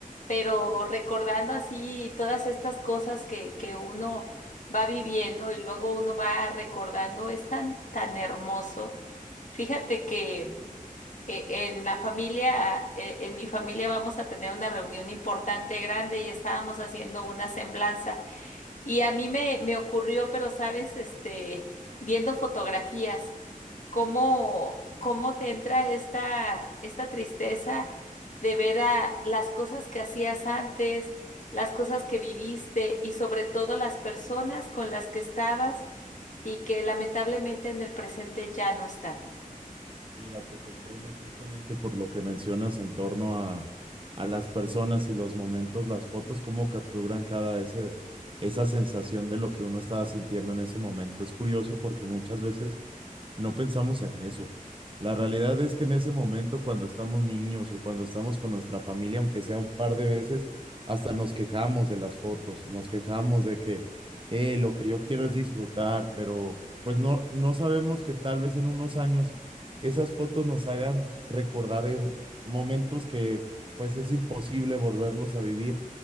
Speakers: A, on the left; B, on the right.
A: Pero recordando así todas estas cosas que, que uno va viviendo y luego uno va recordando, es tan, tan hermoso. Fíjate que eh, en la familia, eh, en mi familia vamos a tener una reunión importante, grande, y estábamos haciendo una semblanza. Y a mí me, me ocurrió, pero sabes, este, viendo fotografías cómo, cómo te entra esta, esta tristeza de ver a las cosas que hacías antes, las cosas que viviste y sobre todo las personas con las que estabas y que lamentablemente en el presente ya no están.
B: Mira, te comprendo justamente por lo que mencionas en torno a, a las personas y los momentos, las fotos, cómo capturan cada ese, esa sensación de lo que uno estaba sintiendo en ese momento. Es curioso porque muchas veces no pensamos en eso. La realidad es que en ese momento, cuando estamos niños o cuando estamos con nuestra familia, aunque sea un par de veces, hasta nos quejamos de las fotos, nos quejamos de que eh, lo que yo quiero es disfrutar, pero pues no, no sabemos que tal vez en unos años esas fotos nos hagan recordar her- momentos que pues es imposible volverlos a vivir,